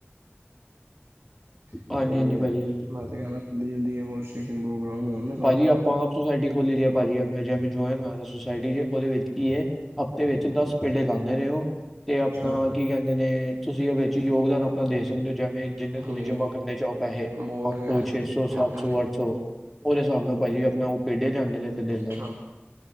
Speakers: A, on the right; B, in the centre.
A: <inaudible>
B: ਹਾਂਜੀ
A: ਤੇ
B: ਹਾਂਜੀ ਭਾਜੀ
A: ਮੈਂ ਤੇ ਕਹਿਣਾ ਜਲਦੀ ਜਲਦੀ ਓ ਸਟੇਸ਼ਨ ਪ੍ਰੋਗਰਾਮ ਹੋਨ।
B: ਭਾਜੀ ਆਪਾਂ ਆਪ ਸੋਸਾਇਟੀ ਖੋਲੀ ਸੀ ਭਾਜੀ ਅਪਣੇ ਜਿਮ ਚ ਜੋਆਇਨ ਹੋਇਆ ਸੋਸਾਇਟੀ ਵਿੱਚ ਉਹਦੇ ਵਿੱਚ ਕੀ ਹੈ ਹਫ਼ਤੇ ਵਿੱਚ ਦਸ ਪੇਡੇ
A: ਅੱਛਾ
B: ਲਾਉਂਦੇ ਨੇ ਉਹ। ਤੇ ਆਪਣਾ ਕੀ ਕਹਿੰਦੇ ਨੇ ਤੁਸੀਂ ਓ ਵਿੱਚ ਯੋਗਦਾਨ ਆਪਣਾ ਦੇ ਸਕਦੇ ਹੋ ਜਵੇ ਜਿੰਨੇ
A: ਹਾਂਜੀ
B: ਤੁਸੀਂ ਜਮਾ ਕਰਨੇ ਚਾਹੋ ਪੈਸੇ
A: ਬਹੁਤ
B: ਪੰਜ
A: ਵਧੀਆ
B: ਸੌ ਛੇ ਸੌ ਸੱਤ
A: ਹਾਂਜੀ
B: ਸੌ ਅੱਠ ਸੌ ਉਹਦੇ ਹਿਸਾਬ ਨਾਲ ਭਾਜੀ ਆਪਣਾ ਉਹ ਪੇਡੇ ਲਿਆਉਂਦੇ ਨੇ। ਤੇ ਦਿੰਦੇ
A: ਅੱਛਾ।
B: ਨੇ